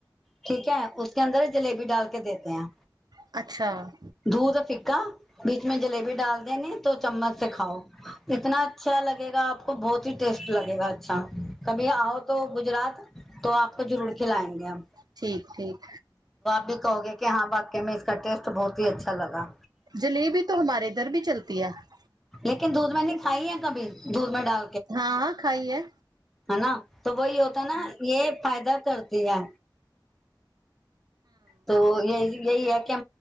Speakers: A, in the centre; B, on the right (about 55°).
A: ઠીક હે ઉસકે અંદર જલેબી ડાલ કે દેતે હૈ.
B: અચ્છા.
A: ધૂધ ફીકા બીચ મે જલેબી ડાલ દેને તો ચમ્મચ ખાઓ. એતના અચ્છા લગેગા આપકો બહુત હી ટેસ્ટ લગેગા અચ્છા કભી આઓ તો ગુજરાત તો આપકો જરૂર ખલાએંગે હમ.
B: ઠીક ઠીક
A: બી કહોગે કે હા વાક્ય મિસ્કા ટેસ્ટ બહુત હી અચ્છા લગા.
B: જલેબી તો હમારે ધર ભી ચલતી હ.
A: લેકિન દૂધમાંની ખાઈ કભી બહ બડા
B: હા હા ખાઈએ.
A: હેના તો બહી હોતા એ ફાયદા કરતીય. તો એહી એક કે